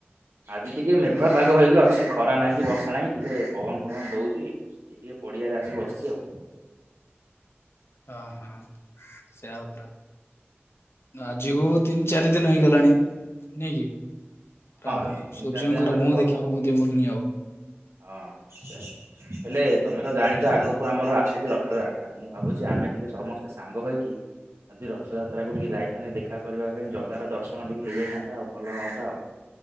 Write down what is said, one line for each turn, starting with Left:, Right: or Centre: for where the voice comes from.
Right: ଆଜି ଟିକେ ମେଘୁଆ ପାଗ ହେଇକି ଅଛି ଖରା ନାହିଁ କି ବର୍ଷା ନାହିଁ ଟିକେ ପବନ ଫବନ ଦଉଛି। ଏଇ ଟିକେ ପଡିଆରେ ଆସି ବସିଛି ଆଉ।
Left: ହ ହଁ ସେଆପରା। ଆଜିକୁ ତିନି ଚାରି ଦିନ ହେଇଗଲାଣି ନାଇଁ କି। ଆଉ
Right: ହଁ ତିନି
Left: ସୂର୍ଯ୍ୟଙ୍କର
Right: ଚାରି ଦିନ ହେଲା ତ
Left: ମୁହଁ
Right: ବର୍ଷା
Left: ଦେଖିବାକୁ
Right: ହଉଛି
Left: ମଧ୍ୟ ମିଳୁନି ଆଉ।
Right: ହଁ ହେଲେ ତମେ ତ ଜାଣିଛ ଆଗକୁ ଆମର ଆସୁଛି ରଥଯାତ୍ରା। ମୁଁ ଭାବୁଛି ଆମେ ଟିକେ ସମସ୍ତେ ସାଙ୍ଗ ହେଇକି ଯଦି ରଥଯାତ୍ରାକୁ ଟିକେ ଯାଇଥାନ୍ତେ ଦେଖି। ଦେଖା କରିବା ପାଇଁ ଜଗାର ଦର୍ଶନ ଟିକେ ହେଇଯାଇଥାନ୍ତା ଆଉ ଭଲ ହନ୍ତା ଆଉ।